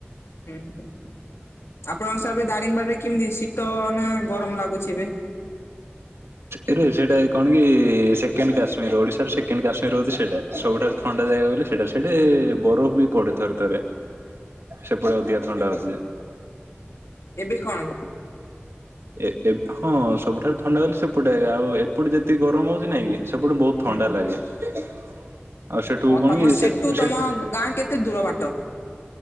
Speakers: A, on the left; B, on the right.
A: ହୁଁ ଆପଣଙ୍କ ସାର୍ ଏବେ ଦାରିଙ୍ଗବାଡ଼ିରେ କେମିତି ଶୀତ ନା ଗରମ ଲାଗୁଛି ଏବେ?
B: ଏରେ ସେଇଟା କଣ କି ସେକେଣ୍ଡ କାଶ୍ମୀର ଓଡ଼ିଶାର ସେକେଣ୍ଡ କାଶ୍ମୀର ହଉଛି ସେଇଟା। ସବୁଠାରୁ ଥଣ୍ଡା ଜାଗା ବୋଲେ ସେଟା <unintelligible> ସେଠେ ବରଫ ବି ପଡେ ଥରେ ଥରେ ସେପଟେ ଅଧିକା ଥଣ୍ଡା ହଉଛି ଯେ
A: ଏବେ କଣ
B: ଏ ଏ ହଁ ସବୁଠାରୁ ଥଣ୍ଡା ଗଲେ ସେପଟେ ଏକା ଆଉ ଏପଟେ ଯେତିକି ଗରମ ହଉଛି ନାଇଁ କି? ସେପଟୁ ବହୁତ ଥଣ୍ଡା
A: ହୁଁ।
B: ଲାଗେ ଆଉ ସେଠୁ
A: ଅ
B: କଣ
A: ତମ
B: କି
A: ସେଠୁ ତମ
B: ସେଠ
A: ଗାଁ କେତେ ଦୂର ବାଟ।